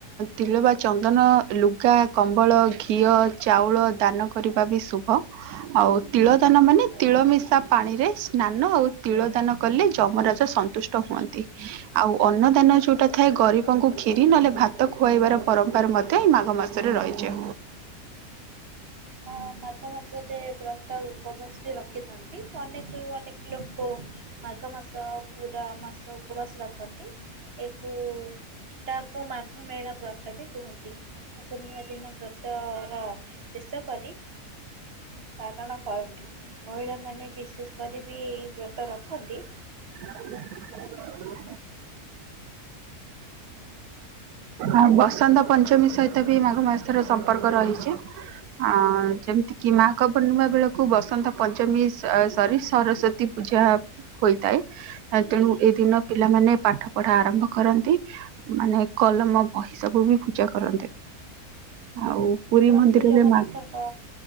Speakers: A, on the right; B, on the right.
A: ତିଲ ବା ଚନ୍ଦନ, ଲୁଗା, କମ୍ବଳ, ଘିଅ ଚାଉଳ ଦାନ କରିବା ବି ଶୁଭ। ଆଉ ତିଳ ଦାନ ମାନେ ତିଳ ମିଶା ପାଣିରେ ସ୍ନାନ, ଆଉ ତିଳ ଦାନ କଲେ ଯମରାଜ ସ ସନ୍ତୁଷ୍ଟ ହୁଅନ୍ତି। ଆଉ ଅନ୍ନଦାନ ଯୋଉଟା ଥାଏ ଗରିବଙ୍କୁ କ୍ଷୀରି ନହେଲେ ଭାତ ଖୁଆଇବାର ପରମ୍ପର ମଧ୍ୟ ଏଇ ମାଘ ମାସ ସରେ ରହିଛି।
B: ହଁ ମାଘ ମାସରେ ବ୍ରତ ଉପବାସ ବି ରଖିଥାନ୍ତି ଅନେକ ଅନେକ ଲୋକ ମାଘ ମାସ ପୁରା ମାସ ଉପବାସ ରଖନ୍ତି। ଏକୁ ତାକୁ ମାଘ ମେଳା ବ୍ରତ ବି କୁହନ୍ତି, ମାଘ ପୂର୍ଣ୍ଣିମା ଦିନ ବ୍ର ତ ର ଶେଷ କରି ପାରଣ କରନ୍ତି, ମହିଳାମାନେ ବିଶେଷ କରି ବି ଏଇ ବ୍ରତ ରଖନ୍ତି।
A: <unintelligible> ଆ ବସନ୍ତ ପଞ୍ଚମୀ ସହିତ ବି ମାଘ ମାସର ସମ୍ପର୍କ ରହିଛି। ଅ ଯେମିତି କିି ମାଘ ପୂର୍ଣ୍ଣିମା ବେଳକୁ ବସନ୍ତ ପଞ୍ଚମୀ ସରି ସରସ୍ଵତୀ ପୂଜା ହୋଇଥାଏ, ତେଣୁ ଏଇ ଦିନ ପିଲାମାନେ ପାଠ ପଢା ଆରମ୍ଭ କରନ୍ତି। ମାନେ କଲମ ବହି ସବୁ ବି ପୂଜା କରନ୍ତେ, ଆଉ ପୁରୀ
B: ପ୍ରଭୁ
A: ମନ୍ଦିରରେ
B: ଜଗନ୍ନାଥଙ୍କ
A: ମା